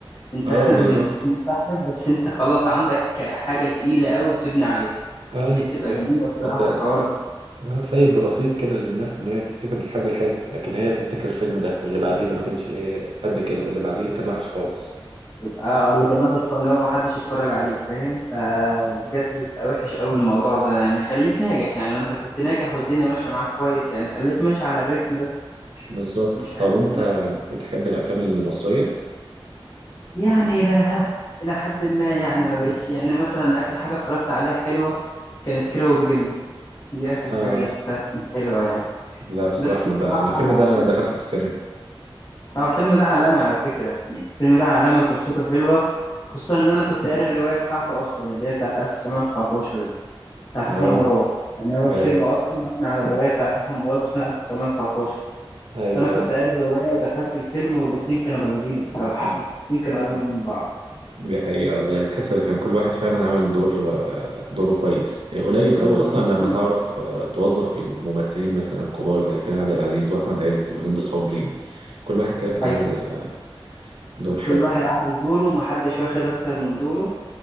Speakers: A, on the left (about 35°); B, on the right (about 70°).
A: أنت
B: اه
A: <laughs> من-
B: بالظبط
A: منسحب بس أنت خلاص عندك حاجة تقيلة قوي بتبني عليها
B: ايوه
A: دي بتبقى
B: آه،
A: جميلة الصراحة
B: انت
A: الحوار ده
B: أنا سايب رصيد كده للناس ان هي تفتكر الحاجه الحلوه لكن هي تفتكر الفيلم ده واللي بعديه اللي ما كانش قد كده واللي بعديه اللي كان وحش خالص
A: اه اللي كان وحش اللي هو ما حدش يتفرج عليه فاهم فبجد بيبقى وحش قوي الموضوع ده يعني خليك ناجح يعني ما انت كنت ناجح والدنيا ماشيه معاك كويس يعني خليك ماشي على الريتم ده
B: بالظبط
A: مش
B: طب
A: عارف
B: انت
A: انا بصراحة.
B: بتحب الافلام المصريه
A: يعني الى ها- الى حد ما يعني ما بقتش يعني مثلا اخر حاجه اتفرجت عليها حلوه كانت كيرة والجن دي اخر
B: اه
A: حاجه شفتها كانت حلوه يعني
B: لا بصراحه
A: بس
B: انا
A: الصراحه
B: بقى انا الفيلم
A: يعني
B: ده دخلته في السينما
A: هو الفيلم ده عالمي على فكره الفيلم ده عالمي وقصته حلوه خصوصا ان انا كنت قاري الروايه بتاعته اصلا اللي هي بتاعت 1919 بتاعت
B: اه
A: أحمد مراد يعني هو الفيلم
B: ايوه
A: أصلا مبني على رواية بتاعت أحمد مراد اسمها 1919
B: ايوه
A: فأنا كنت قاري الرواية ودخلت الفيلم والاتنين كانوا جامدين الصراحة الاتنين كانوا أجمل
B: آه.
A: من بعض
B: دي حقيقه والله تحس ان كان كل واحد فعلا عامل دور آه، دوره كويس قليل
A: عامل
B: قوي
A: دوره
B: اصلا
A: مظبوط
B: لما تعرف آه، توظف بين ممثلين مثلا كبار زي كريم عبد العزيز واحمد عز وهند صبري كل واحد كده
A: دي
B: كان
A: حقيقة
B: عامل آه، دور حلو
A: كل واحد عمل دوره محدش واخد أكتر من دوره